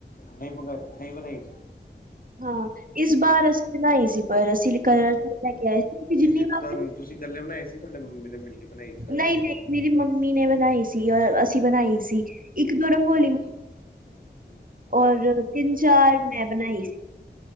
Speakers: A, on the left; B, on the right.
A: ਨਹੀਂ ਬਗਾ ਨਹੀਂ ਬਣਾਈ ਸੀ।
B: ਹਾਂ ਇਸ ਵਾਰ ਅਸੀਂ ਬਣਾਈ ਸੀ ਪਰ ਅਸੀਂ ਕਲਰ ਲੈ ਕੇ ਆਏ ਸੀ ਕਿਉਂ ਜਿੰਨੀ
A: ਕਿਸੇ
B: ਵਾਰ
A: ਤੁਹਾਨੂੰ ਤੁਸੀਂ ਇਕੱਲੇ ਬਣਾਏ ਸੀ ਸੋਡੇ ਮੰਮੀ ਨੇ ਮਿਲ ਕੇ ਬਣਾਈ ਸੀ ਤੁਹਾਡੇ
B: ਨਹੀਂ-
A: ਨਾਲ
B: ਨਹੀਂ ਮੇਰੀ ਮੰਮੀ ਨੇ ਬਣਾਈ ਸੀ ਔਰ ਅਸੀਂ ਬਣਾਈ ਸੀ ਇੱਕ- ਦੋ ਰੰਗੋਂ
A: <unintelligible>
B: ਔਰ ਤਿੰਨ ਚਾਰ ਮੈਂ ਬਣਾਈ ਸੀ।